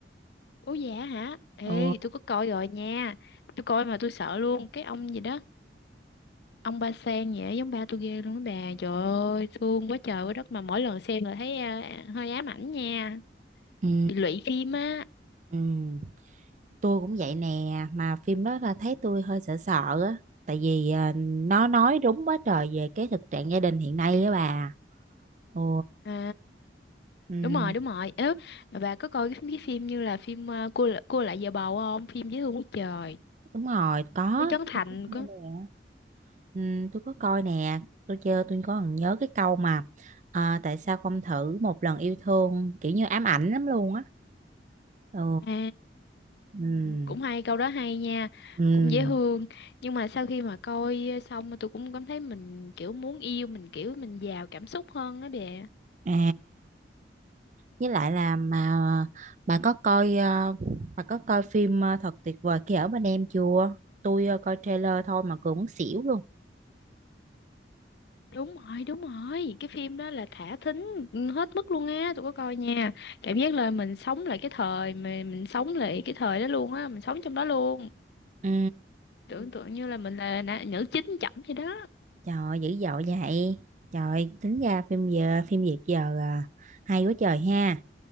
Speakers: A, on the left; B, on the right.
A: Ủa dạ hả? Ê,
B: Ừ,
A: tôi có coi rồi nha. Tôi coi mà tôi sợ luôn, cái ông gì đó, ông Ba Sen vậy giống ba tôi ghê luôn đó bà. Trời ơi, thương quá trời quá đất mà mỗi lần xem là thấy à, hơi ám ảnh nha,
B: ừ,
A: bị lụy phim á.
B: ừ, tôi cũng vậy nè, mà phim đó là thấy tôi hơi sợ sợ á. Tại vì ờ, nó nói đúng quá trời về cái thực trạng gia đình hiện nay á bà. Ừ,
A: À,
B: ừ,
A: đúng rồi, đúng rồi. Ớ, mà bà có coi cái, cái phim như là phim ờ, cua Lạ- cua lại giờ bầu không? Phim dễ thương quá trời.
B: đúng rồi, có,
A: Với Trấn Thành
B: tôi có coi
A: có.
B: nè. Ừ, tôi có coi nè, tôi chơi tôi có còn nhớ cái câu mà à, tại sao không thử một lần yêu thương kiểu như ám ảnh lắm luôn á. Ừ,
A: À,
B: ừ,
A: cũng hay câu đó hay nha.
B: ừ,
A: Cũng dễ thương. Nhưng mà sau khi mà coi ờ, xong mà tôi cũng cảm thấy mình kiểu muốn yêu, mình kiểu mình giàu cảm xúc hơn đó đè.
B: à, với lại là mà bà có coi ờ, bà có coi phim ờ, thật tuyệt vời khi ở bên em chưa? Tôi ờ, coi trailer thôi mà cũng muốn xỉu luôn.
A: Đúng rồi, đúng rồi. Cái phim đó là thả thính hết mức luôn á, tôi có coi nha. Cảm giác là mình sống lại cái thời mà mình sống lại cái thời đó luôn á, mình sống trong đó luôn.
B: Ừ.
A: tưởng tượng như là mình là nã- nữ chính chậm vậy đó
B: Trời ơi, dữ dội vậy. Trời, tính ra phim giờ phim Việt giờ à, hay quá trời ha.